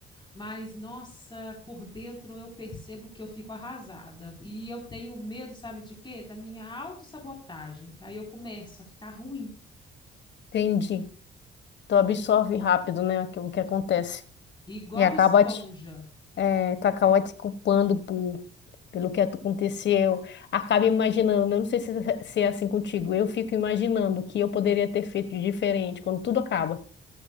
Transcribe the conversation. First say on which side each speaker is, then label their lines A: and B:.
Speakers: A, on the left; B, on the left.
A: Mas, nossa, por dentro eu percebo que eu fico arrasada. E eu tenho medo, sabe de quê? Da minha autossabotagem, que aí eu começo a ficar ruim.
B: Entendi. Tu absorve rápido, né, aquilo que acontece.
A: Igual
B: E acaba
A: esponja.
B: te, eh, tu acaba te culpando por, pelo que aconteceu. Acaba imaginando, né? eu não sei se, é, se é assim contigo, eu fico imaginando o que eu poderia ter feito de diferente quando tudo acaba.